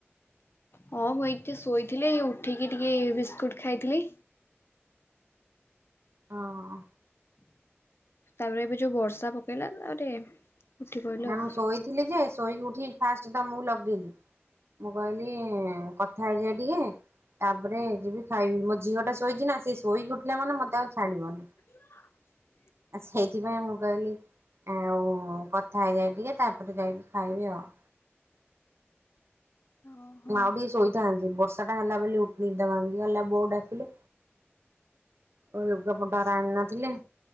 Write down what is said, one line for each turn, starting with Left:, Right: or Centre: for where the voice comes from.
Left: ହଁ ମୁଁ ଏ ଟିକେ ଶୋଇଥିଲି ଉଠିକି ଟିକେ ବିସ୍କୁଟ ଖାଇଥିଲି।
Right: ହଁ।
Left: ତାପରେ ଏବେ ଯୋଉ ବର୍ଷା ପକେଇଲା ତାପରେ ଉଠି ପଇଲି
Right: ନା
Left: ଆଉ
Right: ମୁଁ ଶୋଇଥିଲି ଯେ ଶୋଇକି ଉଠି ଫାଷ୍ଟ ତମକୁ ଲଗେଇଲିି। ମୁଁ କହିଲି କଥା ହେଇଯାଏ ଟିକେ ତାପରେ ଏ ଯି ବି ଖାଇବି ମୋ ଝିଅ ଟା ଶୋଇଚି ନା ସେ ଶୋଇକି ଉଠିଲା ମାନେ ମତେ ଆଉ ଛାଡିବନି।
Left: ହ।
Right: ଆ ସେଇଥିପାଇଁ ମୁଁ କହିଲି ଆଉ କ ଥା ହେଇଯାଏ ଟିକେ ତାପରେ ଯାଇକି ଖାଇବି ଆଉ।
Left: ଓହୋ
Right: ମାଉ ଟିକେ ଶୋଇଥାନ୍ତି ବର୍ଷା ଟା ହେଲା ବ ଉଟନିଦ ଭାଙ୍ଗିଗଲା ବୋଉ ଡାକିଲେ। ଓ ଲୁଗାପଟା ଗୁରା ଆଣି ନଥିଲି।